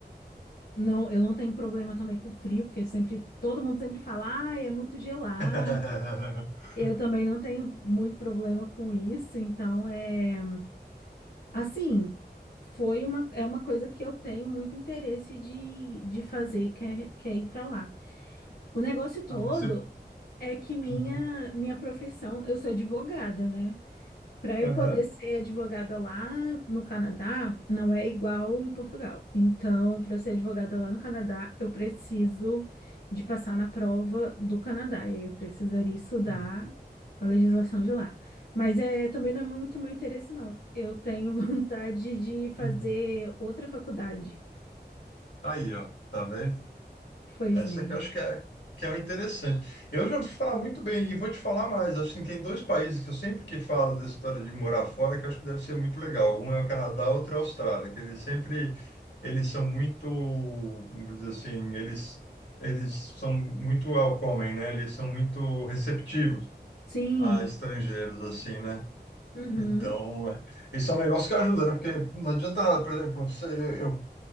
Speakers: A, on the left; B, on the left.
A: Não, eu não tenho problema também com frio, porque sempre todo mundo sempre fala, ah, é muito gelado.
B: <laughs>
A: Eu também não tenho muito problema com isso, então é assim, foi uma é uma coisa que eu tenho muito interesse de, de fazer, que é, que é ir para lá. O negócio todo
B: Ah, mas você...
A: é que minha
B: Uhum.
A: minha profissão, eu sou advogada, né? Para eu
B: Aham.
A: poder ser advogada lá no Canadá, não é igual em Portugal. Então, para ser advogada lá no Canadá, eu preciso de passar na prova do Canadá. E aí eu precisaria estudar
B: Aham.
A: a legislação de lá. Mas é, também não é muito meu interesse, não. Eu tenho <laughs> vontade de fazer
B: Uhum.
A: outra faculdade.
B: Aí, ó, tá vendo?
A: Pois
B: Essa
A: é.
B: que eu acho que é, que é o interessante. Eu já ouvi falar muito bem, e vou te falar mais. Acho que tem dois países que eu sempre que falo dessa história de morar fora, que eu acho que deve ser muito legal. Um é o Canadá, outro é a Austrália, que eles sempre, eles são muito, como vou dizer assim, eles, eles são muito welcoming, né? Eles são muito receptivos
A: Sim.
B: a estrangeiros, assim, né?
A: Uhum.
B: Então, é, esse é um negócio que ajuda, né? Porque não adianta nada, por exemplo, você, eu,